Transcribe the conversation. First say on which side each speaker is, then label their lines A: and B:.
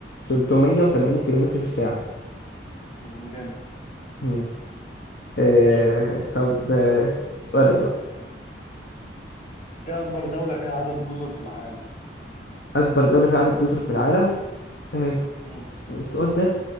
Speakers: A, on the left; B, on the left.
A: 380 كيلومتر في الساعة
B: مم، جامد
A: مم. آه،
B: ماشي
A: طب آه، سؤالك بقى
B: ايه اكبر دولة فيها عدد جزر في العالم
A: اكبر دولة فيها عدد جزر في العالم آه،
B: مم،
A: السؤال ده